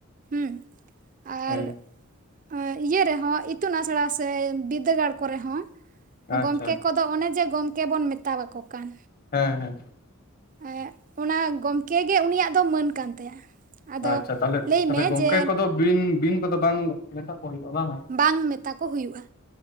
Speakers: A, on the right; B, on the left.
A: ᱩᱸ, ᱟᱨ
B: ᱦᱮᱸ
A: ᱟᱨ ᱤᱭᱟᱹ ᱨᱮ ᱦᱚᱸ, ᱤᱛᱩᱱ ᱟᱥᱲᱟ ᱥᱮ, ᱵᱤᱨᱫᱟᱹᱜᱟᱲ ᱠᱚᱨᱮ ᱦᱚᱸ
B: ᱟᱪᱪᱷᱟ
A: ᱜᱚᱢᱠᱮ ᱠᱚᱫᱚ ᱚᱱᱮ ᱡᱮ, ᱜᱚᱢᱠᱮ ᱵᱚᱱ ᱢᱮᱛᱟᱞᱟᱠᱚ ᱠᱟᱱ
B: ᱦᱮᱸ, ᱦᱮᱸ,
A: ᱮᱸ, ᱚᱱᱟ ᱜᱚᱢᱠᱮ ᱜᱮ, ᱩᱱᱤᱭᱟᱜ ᱫᱚ ᱢᱟᱹᱱ ᱠᱟᱱ ᱛᱟᱭᱟ᱾ ᱟᱫᱚ
B: ᱟᱪᱪᱷᱟ, ᱛᱟᱦᱞᱮ-ᱛᱟᱦᱞᱮ,
A: ᱞᱟᱹᱭ ᱢᱮ
B: ᱜᱚᱝᱠᱮ
A: ᱡᱮ
B: ᱠᱚᱫᱚ ᱵᱤᱱ-ᱵᱤᱱ ᱠᱚᱫᱚ ᱵᱟᱝ ᱢᱮᱥᱟ ᱠᱚ ᱦᱳᱭᱳᱜᱼᱟ ᱵᱟᱝ?
A: ᱵᱟᱝ ᱢᱮᱛᱟ ᱠᱚ ᱦᱩᱭᱩᱜᱼᱟ,